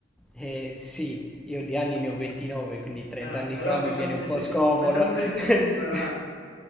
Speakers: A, in the centre; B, on the left.
A: Eh, sì, io di anni ne ho 29, quindi 30
B: Ah,
A: anni
B: allora
A: fa
B: facciamo
A: mi viene un
B: 20
A: po' scomodo.
B: facciamo 25,
A: <laughs>
B: va.